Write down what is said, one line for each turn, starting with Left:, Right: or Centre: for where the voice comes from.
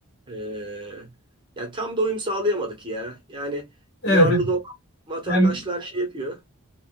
Right: Ee, ya tam da uyum sağlayamadık ya. Yani
Left: Evet,
Right: duyarlılığı
Left: evet.
Right: olan vatandaşlar
Left: Hem,
Right: şey yapıyor.